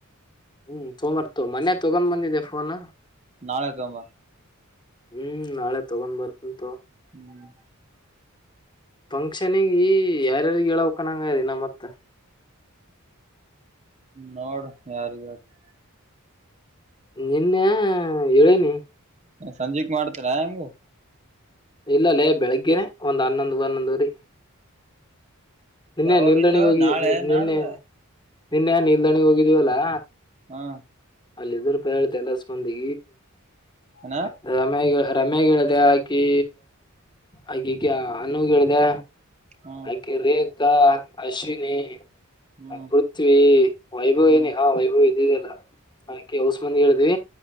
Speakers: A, on the left; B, on the right.
A: ಹ್ಮ್ ತೋಮರ್ತ್ ತೊ ಮೊನ್ನೆ ತಗೊಂಡ್ ಬಂದಿದ್ದೆ ಫೋನ
B: ನಾಳೆ ತಾಬ
A: ಹ್ಮೂ ನಾಳೆ ತಗೊಂಡ್ ಬರ್ತಿನ್ ತೊ
B: ಹ್ಮು
A: ಫಂಕ್ಷನಿಗೀ ಯಾರ್ಯಾರಿಗೆ ಹೇಳವಕನಂಗಾಯತ್ ಮತ್ತ
B: ನೋಡು ಯಾರಿಗೆ ಹೇಳ್ತಿ
A: ನೆನ್ನೇ ಹೇಳಿನಿ
B: ಸಂಜಿಕ್ ಮಾಡ್ತಿರಾ ಹೆಂಗೆ
A: ಇಲ್ಲಲ್ಲೇ ಬೆಳಗ್ಗೆೇನೆ ಒಂದ್ ಹನ್ನೊಂದ್ ಹನ್ನೊಂದುವರಿ ನಿನ್ನೆ
B: ಯಾವಾಗೈತ
A: ನಿಲ್ದಣಿಹೋಗಿ
B: ನಾಳೆ
A: ನಿ ನಿನ್ನೆ
B: ನಾಡ್ದ
A: ನಿನ್ನೆ ನಿಲ್ದಣಿ ಹೋಗಿದ್ದಿವಲ್ಲಾ
B: ಹಾ
A: ಅಲ್ಲಿ ಇದ್ರುಪ ಜನಾಸ್ ಮಂದಿ
B: ಏನ
A: ಐ ರಮ್ಯಗೆ ಹೇಳ್ ರಮ್ಮಗೇಳ್ದೆ ಆಕಿ ಆಗಿಕಿ ಅನ್ನುಗೇಳ್ದೆ
B: ಹ್ಮ್
A: ಆಕಿ ರೇಕ್ಕಾ ಅಶ್ವಿನಿ
B: ಹ್ಮ್
A: ಆಪೃುಥ್ವಿ ವೈಭವಿನಿ
B: ಹ್ಮ್
A: ಹಾ ವೈಭವ್ ಇದಿದಿಯಲ್ಲ ಆಕಿ ಓಸ್ ಮಂದಿ ಹೇಳ್ದಿ